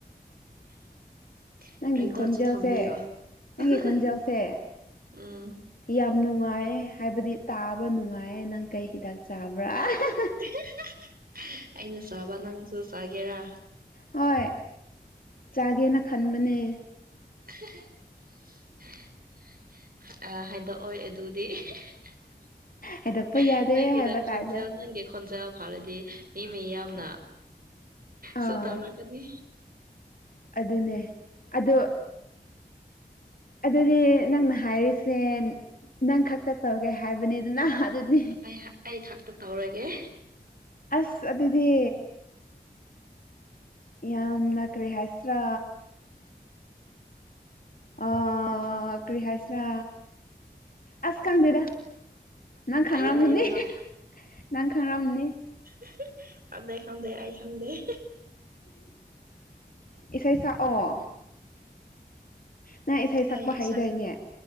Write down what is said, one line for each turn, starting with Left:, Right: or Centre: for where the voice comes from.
Right: <inaudible>
Left: ꯅꯪꯒꯤ
Right: ꯔꯤꯡꯇꯣꯟꯁꯨ
Left: ꯈꯣꯟꯖꯦꯜꯁꯦ
Right: ꯊꯝꯕꯤꯌꯣ
Left: ꯅꯪꯒꯤ
Right: <unintelligible>
Left: ꯈꯣꯟꯖꯦꯜꯁꯦ
Right: ꯎꯝ
Left: ꯌꯥꯝ ꯅꯨꯡꯉꯥꯏꯑꯦ ꯍꯥꯏꯕꯗꯤ ꯇꯥꯕ ꯅꯨꯡꯉꯥꯏꯌꯦ ꯅꯪ ꯀꯩ ꯍꯤꯗꯥꯛ ꯆꯥꯕ꯭ꯔꯥ <unintelligible>
Right: <unintelligible> ꯑꯩꯅ ꯆꯥꯕ ꯅꯪꯁꯨ ꯆꯥꯒꯦꯔꯥ
Left: ꯍꯣꯏ ꯆꯥꯒꯦꯅ ꯈꯟꯕꯅꯦ
Right: <unintelligible> ꯑꯥ ꯍꯥꯏꯗꯣꯛꯑꯣꯏ ꯑꯗꯨꯗꯤ <unintelligible>
Left: ꯍꯥꯏꯗꯣꯛꯄ ꯌꯥꯗꯦ
Right: ꯅꯪꯒꯤꯅ
Left: ꯍꯥꯏꯕ ꯇꯥꯏꯞꯇ
Right: ꯈꯣꯟꯖꯦꯜ ꯅꯪꯒꯤ ꯈꯣꯟꯖꯦꯜ ꯐꯔꯗꯤ ꯃꯤ ꯃꯌꯥꯝꯅ
Left: ꯑꯥ
Right: ꯁꯨ ꯇꯥꯔꯛꯀꯅꯤ
Left: ꯑꯗꯨꯅꯦ ꯑꯗꯣ ꯑꯗꯨꯗꯤ ꯅꯪꯅ ꯍꯥꯏꯔꯤꯁꯦ ꯅꯪ ꯈꯛꯇ ꯇꯧꯒꯦ ꯍꯥꯏꯕꯅꯤꯗꯅꯥ ꯑꯗꯨꯗꯤ
Right: ꯑꯩꯍꯥ ꯑꯩꯈꯛ ꯇꯧꯔꯒꯦ
Left: ꯑꯁ ꯑꯗꯨꯗꯤ ꯌꯥꯝꯅ ꯀꯔꯤ ꯍꯥꯏꯁꯤꯔꯥ ꯑꯥ ꯀꯔꯤ ꯍꯥꯏꯁꯤꯔꯥ ꯑꯁ ꯈꯪꯗꯦꯗ ꯅꯪ ꯈꯉꯝꯃꯨꯅꯤ
Right: ꯍꯥꯏꯌꯣ ꯍꯥꯏꯌꯣ
Left: ꯅꯪ ꯈꯪꯉꯝꯅꯤ
Right: <unintelligible> ꯈꯪꯗ‌ꯦ ꯈꯪꯗ‌ꯦ ꯑꯩ ꯈꯪꯗ‌ꯦ
Left: ꯏꯁꯩ ꯁꯛꯑꯣ ꯅꯪ ꯏꯁꯩ ꯁꯛꯄ
Right: ꯑꯩ
Left: ꯍꯩꯗꯥꯏꯅꯦ
Right: ꯏꯁꯥ